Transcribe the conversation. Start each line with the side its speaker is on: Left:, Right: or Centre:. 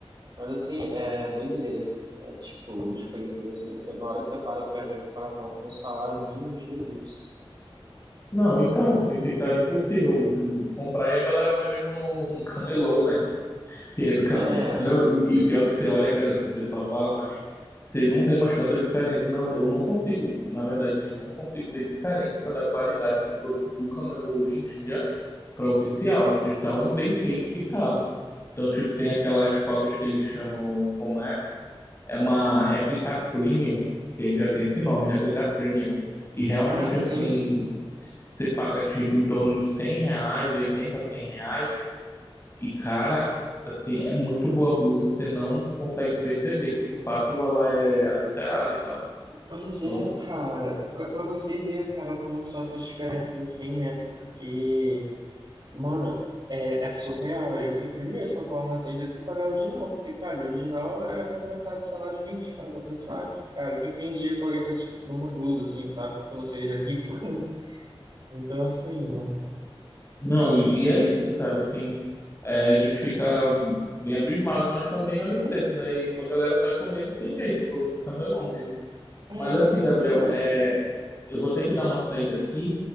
Right: mas, assim, é doideiras, né, tipo, os preços, assim, você, na hora que você para pra ver em comparação com o salário mínimo, Jesus,
Left: Não, então, assim fica impossível de de comprar e a galera vai mesmo no, <laughs> no camelô, né? E aí do cam...
Right: é,
Left: Não, e, e pior que você olha, cara, assim, o pessoal fala, mas você não vê mais tanta diferença. Não, eu não consigo, na verdade, eu não consigo ver diferença da qualidade do produto do camelô hoje em dia para oficial, de tão bem feito que tá. Então, tipo, tem aquelas cópias que eles chamam, como é? É uma réplica premium, que já tem esse nome, réplica premium. E realmente,
Right: ah, sim.
Left: assim. Você paga, tipo, em torno de 100 reais, 80 100 reais. E, cara, assim, é muito boa a blusa. Você não consegue perceber que, de fato, ela é adulterada e tal.
Right: Pois
Left: Então,
Right: é, cara, pra, pra você ver, cara, como que são essas diferenças assim, né? Porque, mano, é, é surreal. Eu prefiro mesmo comprar uma assim, às vezes, que pagar o original. Porque, cara, o original é quase a metade do salário mínimo. Para pra pensar, cara, quem tem dinheiro pra gastar isso numa blusa, assim, sabe? Que não seja rico. <laughs> Então, assim, né?
Left: não, e, e é isso, cara. Assim, é, a gente fica bem abismado, mas também olha o preço, né? E a galera vai correr, não tem jeito, pro, pro camelão mesmo.
Right: É,
Left: Mas, assim, Gabriel,
Right: exato.
Left: é, eu vou ter que dar uma saída aqui.